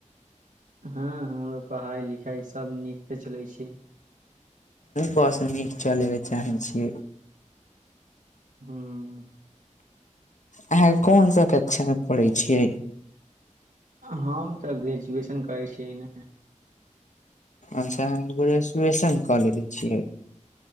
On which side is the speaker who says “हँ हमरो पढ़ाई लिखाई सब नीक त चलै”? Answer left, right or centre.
Right